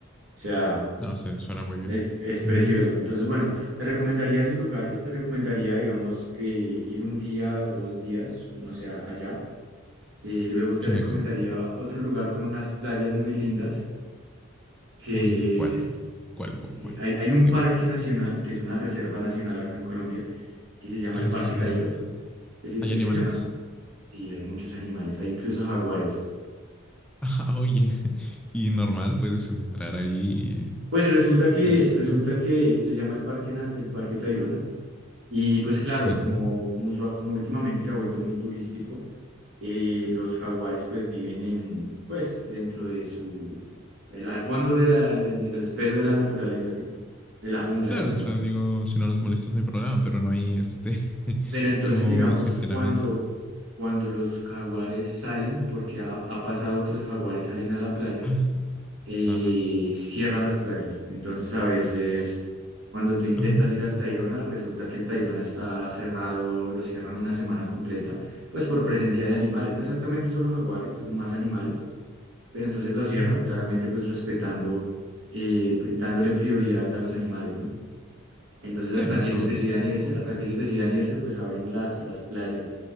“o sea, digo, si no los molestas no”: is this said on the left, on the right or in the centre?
Centre